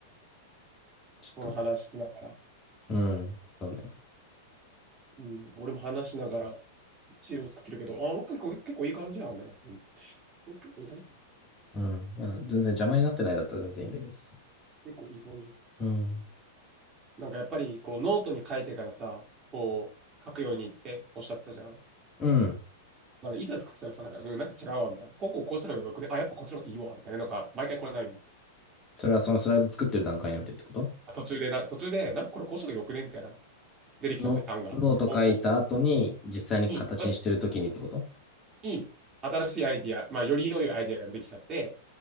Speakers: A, on the left; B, on the right.
A: ちょっと、
B: この話しながら。
A: うん、そうね。
B: うん。俺も話しながら資料作ってるけど、あ、なんか結構、結構いい感じなんだな。うん。結構いい感じ
A: うん、まあ、全然邪魔になってないだったら全然いいんだけどさ。
B: 結構いい感じです。
A: うん、
B: なんかやっぱり、こう、ノートに書いてからさ、こう、書くようにっておっしゃってたじゃん。
A: うん。
B: まあ、いざ作ってたらさ、なんか、うん、なんか違うわ、みたいな。こうこうこうしたらよくね。あ、やっぱこっちの方がいいわ、みたいな。なんか、毎回これないよね。
A: それはそのスライド作ってる段階においてってこと
B: あ途中でな、途中で、なんかこれこうしたらよくね、みたいな。出てきちゃった案が。
A: の、ノート書いた後に、
B: ボンボン。
A: 実際に形にしてる時にってこと
B: にに、新しいアイディア、まあ、より良いアイディアが出てきちゃって、